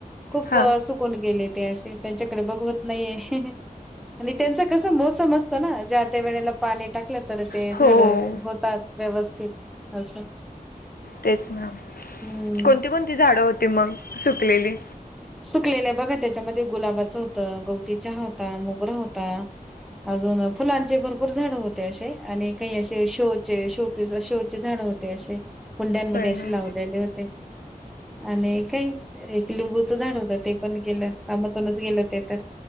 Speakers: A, in the centre; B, on the left.
A: खूप
B: हा
A: सुकून गेले ते असे त्यांच्याकडे बघवत नाहीये. आणि त्यांचा कस मोसम असतो ना ज्या त्या वेळेला पाणी टाकलं तर ते
B: हो
A: झाड होतात व्यवस्थित असं.
B: तेच ना,
A: हम्म
B: कोणती कोणती झाडं होती मग सुकलेली.
A: सुकलेल्या बघा त्याच्यामध्ये गुलाबाचं होतं, गवती चहा होता मोगरा होता, अजून फुलांचे भरपूर झाड होते असे आणि काही असे शोचे शो पीस शोचे झाड होते असे. कुंड्यांमध्ये
B: होय ना
A: असे लावलेले होते आणि काही एक लिंबू झाड होतं ते पण केलं कामातूनच गेलं ते तर.